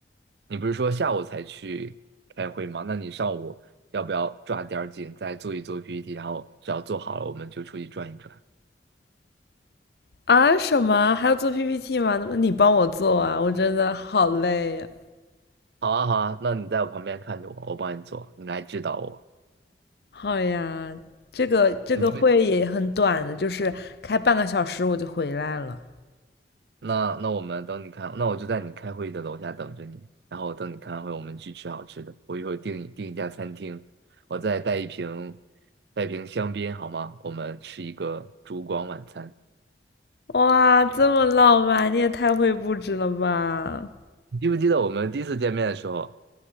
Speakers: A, on the right; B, on the left.
A: 你不是说下午才去开会吗？那你上午要不要抓点儿紧，再做一做 PPT，然后只要做好了，我们就出去转一转。
B: 啊，什么？还要做 PPT 吗？那么你帮我做啊？我真的好累呀。
A: 好啊，好啊，那你在我旁边看着我，我帮你做，你来指导我。
B: 好呀，这个这个会也很短的，
A: 你
B: 就是开半个小时我就回来了。
A: 那那我们等你开，那我就在你开会的楼下等着你，然后等你开完会，我们去吃好吃的。我一会儿订一订一家餐厅，我再带一瓶带一瓶香槟好吗？我们吃一个烛光晚餐。
B: 哇，这么浪漫，你也太会布置了吧！
A: 你记不记得我们第一次见面的时候？